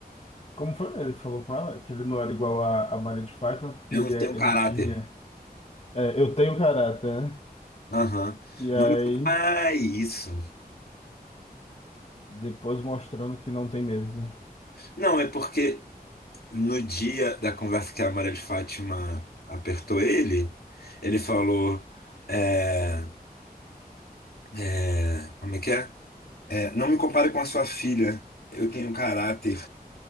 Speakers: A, on the left; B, on the left.
A: Como foi? Ele falou com ela que ele não era igual a, a Maria de Fátima porque
B: eu
A: ele,
B: não
A: é-
B: tenho caráter.
A: ele tinha. é, eu tenho caráter, né?
B: Aham.
A: E
B: Não
A: aí,
B: me. conta. Ah, isso.
A: depois mostrando que não tem mesmo.
B: Não, é porque no dia da conversa que a Maria de Fátima apertou ele, ele falou: é, é, como é que é? É, não me compare com a sua filha, eu tenho caráter.